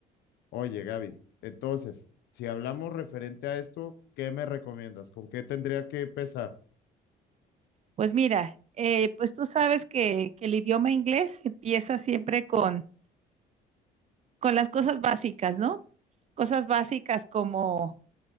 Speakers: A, on the left; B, on the right.
A: Oye, Gaby, entonces, si hablamos referente a esto, ¿qué me recomiendas? ¿Con qué tendría que empezar?
B: Pues mira, eh, pues tú sabes que, que el idioma inglés empieza siempre con, con las cosas básicas, ¿no? cosas básicas como